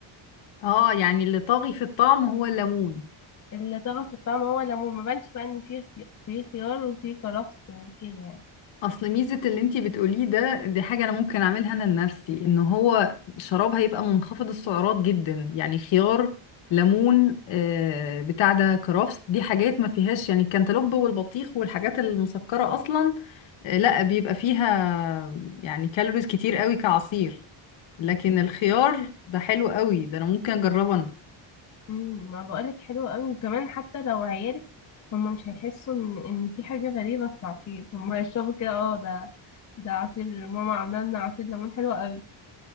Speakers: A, on the left; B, on the left.
A: اه يعني اللي طاغي في الطعم هو الليمون
B: اللي طغى في الطعم هو الليمون ما بانش بقى إن فيه خي- فيه خيار وفيه كرفس وكده يعني
A: اصل ميزة اللي انتي بتقوليه ده دي حاجة انا ممكن اعملها انا لنفسي ان هو شراب هيبقى منخفض السعرات جدا يعني خيار ليمون آه، بتاع ده كرفس دي حاجات ما فيهاش يعني الكنتالوب والبطيخ والحاجات المسكرة اصلا آه، لا بيبقى فيها يعني كالوريز كتير قوي كعصير لكن
B: مم.
A: الخيار ده حلو قوي ده انا ممكن اجربه
B: امم ما بقولك حلو قوي وكمان حتى لو عيالك هم مش هيحسوا ان ان في حاجه غريبه في العصير هم هيشربوا كده اه ده ده عصير ماما عامله لنا عصير ليمون حلو قوي